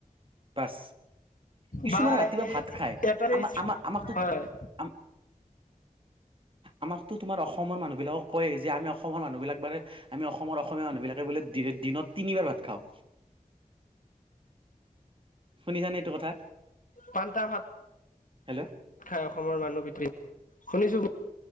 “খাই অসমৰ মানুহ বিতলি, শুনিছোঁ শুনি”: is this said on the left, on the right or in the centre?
Left